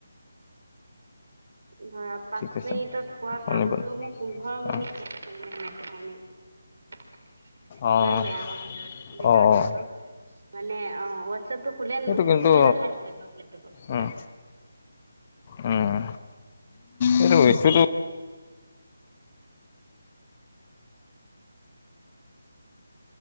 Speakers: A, on the right; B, on the left.
A: ধৰা পাঁচ
B: কি কৈছা?
A: মিনিটত হোৱা
B: শুনি
A: কামটো
B: পোৱা নাই।
A: মোৰ পোন্ধৰ মিনিট
B: অ',
A: লাগে। তাৰমানে নেটৰ কাৰণে। ইমান
B: অ',
A: বেয়া আকৌ ভিতৰত ভিতৰত
B: অ',
A: নেটৱৰ্ক মানে অ হোৱাটছএপটো খোলে
B: এইটো কিন্তু
A: খোলে নাখাইছিলে ত লেপটপত।
B: উম, উম এইটো বস্তুটো